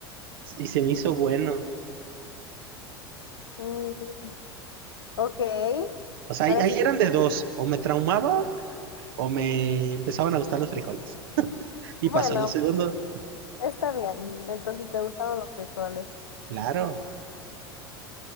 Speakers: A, on the right (about 60°); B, on the left (about 70°).
A: y se me hizo bueno.
B: Mm, ok.
A: O sea,
B: Ahora
A: ahí, ahí
B: sí
A: eran
B: que,
A: de dos, o me traumaba o me empezaban a gustar los frijoles. Y
B: bueno,
A: pasó lo segundo,
B: está bien. Entonces te gustaron los frijoles.
A: claro.